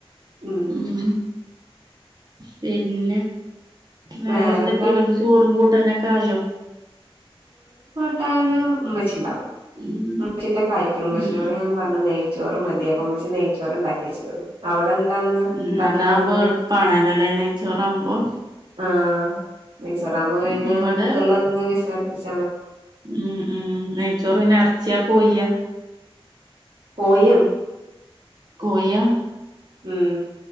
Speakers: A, on the right; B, on the right.
A: ഉം
B: മ് പിന്നെ വേറെ
A: വേറെന്താ
B: എന്തൊക്കെ ങട്ട്
A: പി
B: ചോറും കൂട്ടാനൊക്കെ ആയോ
A: ട്ടാനും ഇമ്മച്ചിണ്ടക്കും
B: ഉം
A: <unintelligible> കായ്ക്കണ് ഇമ്മചിനോട്
B: ഉം
A: ഞാ പർ ചോറ് മതി അപ്പം നെയ്ച്ചോറ് ണ്ടാക്കിച്ച്ക്ണ് അവ് അവിടെ എന്താന്ന്
B: ഉം
A: ണ്ടാക്കിക്ണത്
B: അതാവുമ്പോ എളുപ്പാണല്ലോ അല്ലെ നെയ്ച്ചോറാവുമ്പോ
A: ആഹ് നെയ്‌ച്ചോറാമ്പോ പിന്നെ
B: ഉം ഇവിടെ
A: കുക്കർ ള്ള് ഒന്ന് വിസിലട്പ്പിച്ച
B: ഉം ഉം നയച്ചോറ് പിന്നെ എറച്ചിയ കൊയ്യ്യാ
A: കോയം
B: കൊയ്യാ
A: ഉം